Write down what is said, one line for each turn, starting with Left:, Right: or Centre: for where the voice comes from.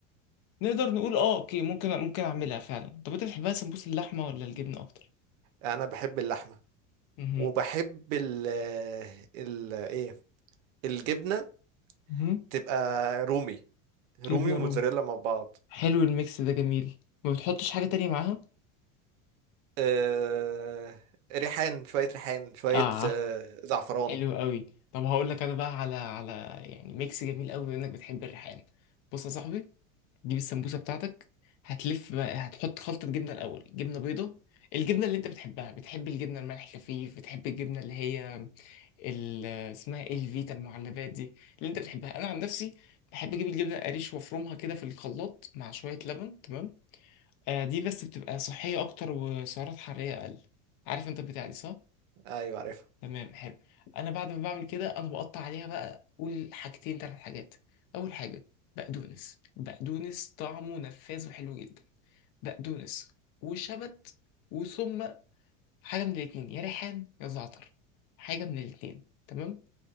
Left: نقدر نقول اه اوكي ممكن ممكن اعملها فعلا طب انت بتحبها سمبوسة اللحمة ولا الجبنة اكتر
Right: أنا بحب اللحمة
Left: امم
Right: وبحب ال... آه، ال... إيه الجبنة
Left: مهم.
Right: تبقى رومي رومي
Left: جبنة
Right: وموتزاريلا
Left: رومي
Right: مع بعض
Left: حلو الميكس ده جميل ما بتحطش حاجة تانية معاها
Right: آه، ريحان شوية ريحان شوية
Left: اه
Right: آه، زعفران
Left: حلو قوي طب هقول لك انا بقى على على يعني ميكس جميل قوي انك بتحب الريحان بص يا صاحبي تجيب السمبوسه بتاعتك هتلف بقى- هتحط خلطه جبنه الاول جبنه بيضه الجبنه اللي انت بتحبها بتحب الجبنه الملح خفيف بتحب الجبنه اللي هي ال- اسمها ايه الفيتا المعلبات دي اللي انت بتحبها انا عن نفسي بحب اجيب الجبنه القريش وافرمها كده في الخلاط مع شويه لبن تمام آه دي بس بتبقى صحيه اكتر وسعرات حراريه اقل عارف انت البتاع دي صح
Right: أيوة عارفها
Left: تمام حلو انا بعد ما بعمل كده انا بقطع عليها بقى قول حاجتين ثلاث حاجات اول حاجه بقدونس بقدونس طعمه نفاذ وحلو جدا بقدونس وشبت وثم حاجه من الاتنين يا ريحان يا زعتر حاجه من الاتنين تمام